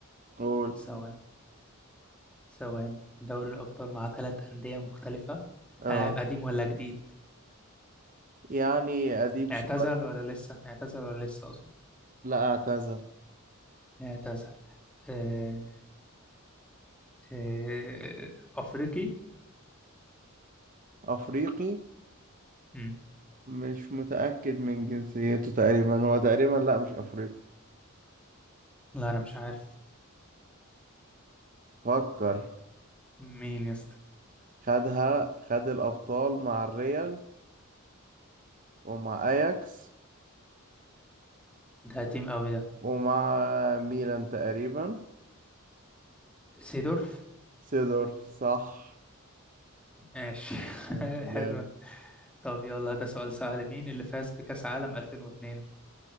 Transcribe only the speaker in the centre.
ثواني ثواني دوري الابطال مع ثلاث انديه مختلفه
لاعب قديم ولا جديد
اعتزل ولا لسه اعتزل ولا لسه اقصد
اعتزل آه... آه... افريقي
امم
لا انا مش عارف
مين يا اسطى
ده قديم قوي ده
سيدورف
ماشي <laughs>
حلوة طب يلا ده سؤال سهل مين اللي فاز بكأس عالم 2002